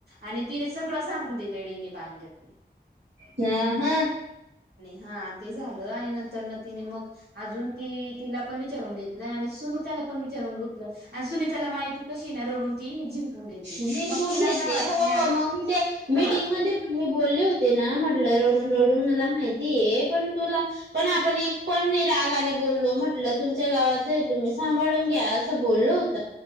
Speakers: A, on the right; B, on the right.
A: आणि तिने सगळं सांगून दिले बांगेतने
B: हा हा.
A: हा ते झालं आणि नंतर ना तिने मग अजून तिला पण विचारून घेतला आणि सुनीताला पण विचारून घेतल सुनीताला माहिती कशी ना रडून ती जिरून घेते
B: जिंकून
A: मग तिला
B: घेते
A: काय वाटतं
B: हो
A: ना
B: मग मी ते मीटिंग
A: वाटतं
B: मध्ये मी बोलले होते ना म्हटलं रडून रडून मला माहिती ये पण तुला पण आपण एक पण नाही रागाने बोललो म्हटलं तुमच्या गावाचं आहे, तुम्ही सांभाळून घ्या असं बोलल होत